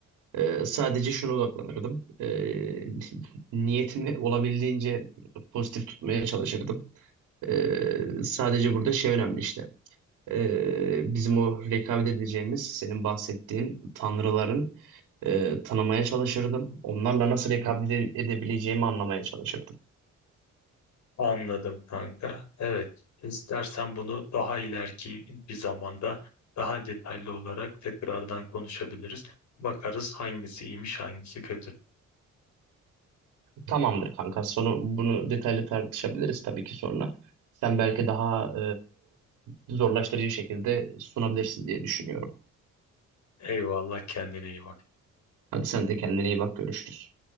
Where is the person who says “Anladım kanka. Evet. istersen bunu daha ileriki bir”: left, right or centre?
Left